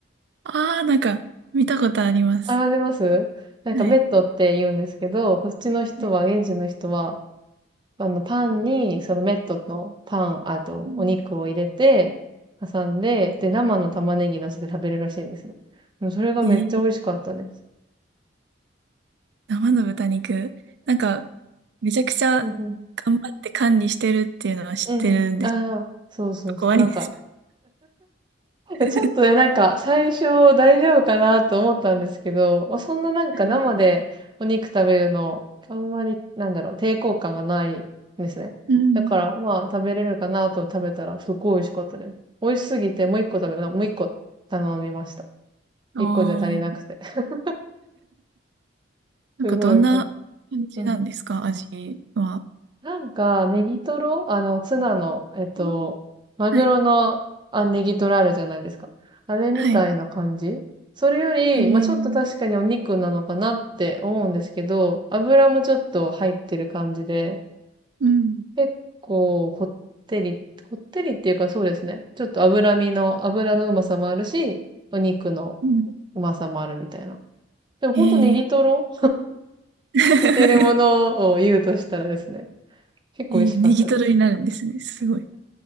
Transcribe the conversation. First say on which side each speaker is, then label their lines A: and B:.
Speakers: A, on the right; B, on the right.
A: ああ、なんか見たことあります。
B: あ、ありますなんかメットって言うんですけど、
A: はい。
B: こっちの人は、
A: はい
B: 現地の人はあの、パンに、そのメットのパン、あと、
A: うん
B: お肉を入れて、挟んで、で、生の玉ねぎ乗せて食べるらしいんですね。でそれがめっちゃ美味しかったです。
A: えー生の豚肉。なんか、めちゃくちゃ頑張って管理してるっていうのは知ってるんです。
B: うんうん。うんうん。ああ、
A: ちょ
B: そうそうそう。
A: っと怖いです。
B: なんか、なんかちょっとね、
A: <laughs>
B: なんか、最初大丈夫かなと思ったんですけど、まあそんななんか生でお肉食べるの、
A: はい
B: あんまり、なんだろう、抵抗感がないんですね。
A: うん。
B: だから、まあ、食べれるかなと食べたら、すっごい美味しかったです。美味しすぎて、もう一個食べ、なもう一個頼みました。
A: あ
B: 一個じゃ足りなくて。
A: あ。
B: <laughs>
A: なんかどんな感じなんですか、
B: すごいよかった。うん
A: 味は。
B: なんか、ネギトロあの、ツナの、えっと、
A: うん
B: マグロの、
A: はい
B: あ、ネギトロあるじゃないですか。あれみたいな感じそれより、
A: はい。へえ、
B: まあ、ちょっと確かにお肉なのかなって思うんですけど、油もちょっと入ってる感じで、
A: うん、
B: 結構、こってり、ほってりっていうかそうですね。ちょっと脂身の、油のうまさもあるし、お肉の
A: うん。
B: うまさもあるみたいな。でもほんとネギトロ
A: ええ <laughs> え
B: 似てるものを言うとしたらですね、結構美味しかったです。
A: えネギトロになるんですね。すごい。